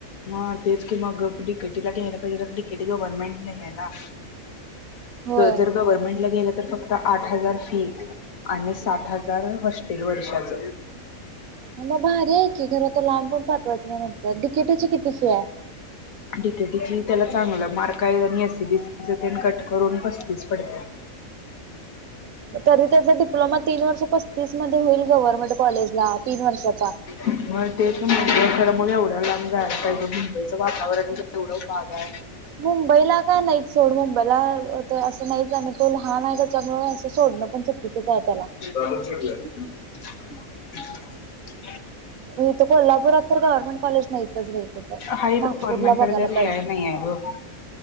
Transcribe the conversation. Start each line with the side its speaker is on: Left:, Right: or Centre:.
Left: हा तेच की मग डी के टीला घ्यायला पाहिजे कारण डी के टी गव्हर्नमेंट नाही आहे ना.
Right: होय
Left: जर गव्हर्नमेंटल गेलं तर फक्त आठ हजार फी. आणि साठ हजार होस्टेल वर्षाच.
Right: म भारी आहे की खर तर लांब पण पाठवायचं नाही म्हणत्यात डी के टीची किती फी आहे?
Left: डी के टीची त्याला चांगला मार्क आहे आणि एस सी बी सीच तेन कट करून पस्तीस पडत्यात.
Right: तरी त्याचा डिप्लोमा तीन वर्ष पस्तीस मध्ये होईल. गव्हर्नमेंट कॉलेजला. तीन वर्षाचा.
Left: मग तेच म्हणलो. मग एवढ्या लांब जायला पाहिजे. मुंबईचं वातावरण एवढा भाग आहे.
Right: मुंबईला काय नाही सोड. मुंबईला तर असं नाहीच. आणि तो लहान आहे त्याच्यामुळे असं सोडणं पण चुकीचच आहे त्याला.
Left: <unintelligible> <inaudible>
Right: इथं कोल्हापुरात तर गव्हर्नमेंट कॉलेज नाहीतच बाई कुठं
Left: हा इकड
Right: नागपूरला
Left: गवर्नमेंटकडं
Right: बघायला
Left: कड
Right: पाहिजे
Left: ए आय नाईए ग.